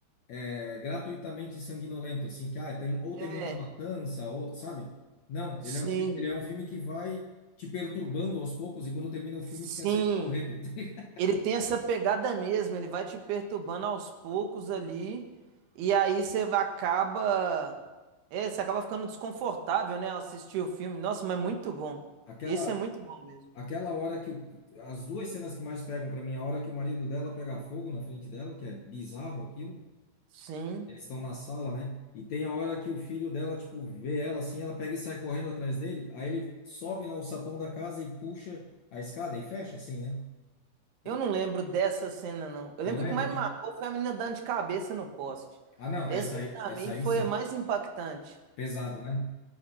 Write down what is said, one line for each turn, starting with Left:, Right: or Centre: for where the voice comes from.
Left: é, gratuitamente sanguinolento, assim, que ah, tem, ou
Right: É,
Left: tem muita matança, ou, sabe? Não,
Right: sim,
Left: ele é um filme, ele é um filme que vai te perturbando aos poucos e quando termina o
Right: sim.
Left: filme tu quer sair correndo. <laughs>
Right: Ele tem essa pegada mesmo. Ele vai te perturbando aos poucos ali. E aí você vai- acaba. É, você acaba ficando desconfortável, né, ao assistir o filme. Nossa, mas muito bom.
Left: Aquela,
Right: Esse é muito bom mesmo.
Left: aquela hora que o, as duas cenas que mais pegam pra mim, a hora que o marido dela pega fogo na frente dela, que é bizarro aquilo.
Right: Sim.
Left: Eles estão na sala, né? E tem a hora que o filho dela, tipo, vê ela assim, ela pega e sai correndo atrás dele. Aí ele sobe no sapão da casa e puxa a escada e fecha, assim, né?
Right: Eu
Left: E
Right: não
Left: e-
Right: lembro dessa cena, não. Eu
Left: não
Right: lembro
Left: lembra?
Right: que o que mais
Left: Tipo,
Right: me marcou foi a menina dando de cabeça no poste.
Left: ah, não,
Right: Essa,
Left: essa aí,
Right: aí, pra
Left: essa
Right: mim,
Left: aí
Right: foi
Left: sim.
Right: a mais impactante.
Left: Pesado, né?